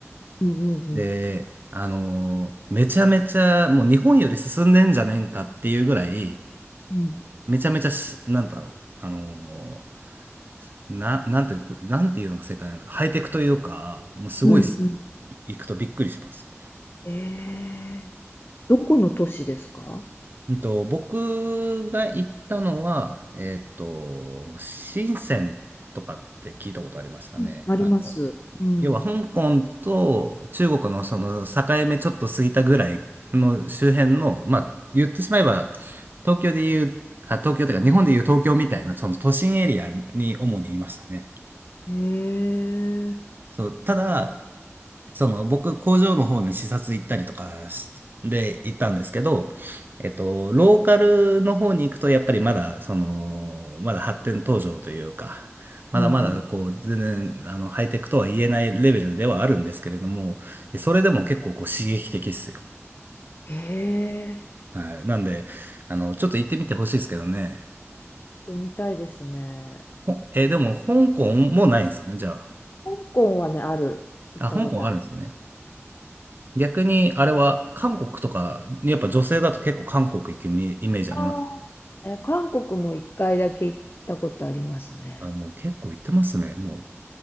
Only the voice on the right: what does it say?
で、あのーめちゃめちゃ、もう日本より進んでんじゃねえんかっていうぐらい、
めちゃめちゃし、なんだろう。あのーな、なんて、こうなんていうのが正解なのハイテクというか、もうすごいっす。
い行くとびっくりします。
うんと、僕が行ったのは、えっと、深センとかって聞いたことありますかね。
あの、
要は香港と中国のその境目ちょっと過ぎたぐらいの周辺の、まあ、言ってしまえば、東京で言う、あ、東京というか日本で言う東京みたいなその都心エリアに主にいましたね。
そう、ただ、その、僕、工場の方に視察行ったりとかしで行ったんですけど、えっと、ローカルの方に行くと、やっぱりまだ、その、まだ発展途上というか、まだまだ、
こう、全然、あの、ハイテクとは言えないレベルではあるんですけれども、それでも結構、
こう、刺激的っすよ。
はい。なんで、あの、ちょっと行ってみてほしいですけどね。
ほえーでも、香港もないんですね、じゃあ。
あ、香港あるんですね。逆に、あれは、韓国とか、やっぱ女性だと結構韓国行くイメイメージありますね
あ、もう結構行ってますね、もう。